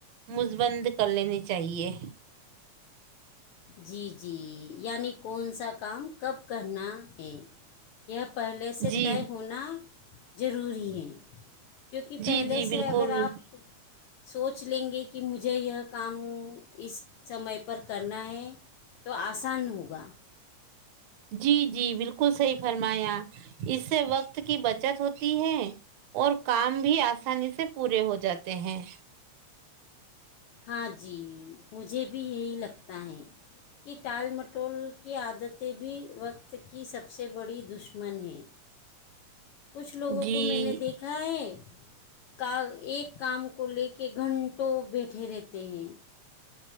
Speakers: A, on the right; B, on the left.
A: مس بند کر لینے چاہیے
B: جی جی یعنی کون سا کام کب کرنا ہے یہ پہلے سے
A: جی
B: طے ہونا ضروری ہے کیونکہ پہلے
A: جی جی
B: سے
A: بالکل
B: اگر آپ سوچ لیں گے کہ مجھے یہ کام اس سمے پر کرنا ہے تو آسان ہوگا
A: جی جی بالکل صحیح فرمایا اس سے وقت کی بچت ہوتی ہے اور کام بھی آسانی سے پورے ہو جاتے ہیں
B: ہاں جی مجھے بھی یہی لگتا ہے کہ ٹال مٹول کی عادتیں بھی وقت کی سب سے بڑی دشمن ہیں کچھ لوگوں
A: جی
B: کو میں نے دیکھا ہے کا ایک کام کو لے کے گھنٹوں بیٹھے ٹے رہتے ہیں